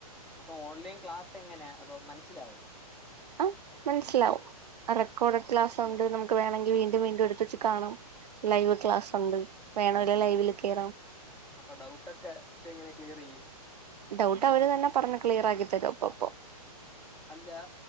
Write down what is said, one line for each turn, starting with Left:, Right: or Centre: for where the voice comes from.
Centre: അപ്പ ഓൺലൈൻ ക്ലാസെങ്ങെനെ അപ്പം മന്സ്സിലാവോ
Right: ആഹ് മനസ്സിലാവും അഹ് റെക്കോഡഡ് ക്ലാസുണ്ട് നമുക്ക് വേണങ്കി വീണ്ടും വീണ്ടും എടുത്തെച്ച് കാണാം ലൈവ് ക്ലാസുണ്ട് വേണോല് ലൈവില് കേറാം
Centre: അപ്പ ഡൗട്ടൊക്കെ എങ്ങെനെ ക്ലിയെറെയ്യും
Right: ഡൗട്ട് അവര് തന്നെ പറഞ്ഞ് ക്ലിയറാക്കി തരും അപ്പം അപ്പം
Centre: അല്ലാ